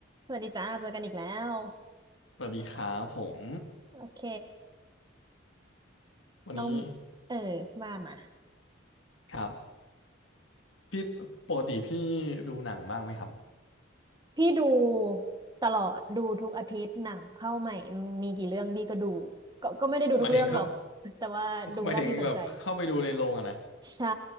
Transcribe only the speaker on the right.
สวัสดีจ้าเจอกันอีกแล้ว
โอเค
น้องเออว่ามา
พี่ดูตลอดดูทุกอาทิตย์หนังเข้าใหม่มีกี่เรื่องพี่ก็ดูก็ก็ไม่ได้ดูทุกเรื่องหรอก
<laughs> แต่ว่าดูเท่าที่สนใจ
ใช่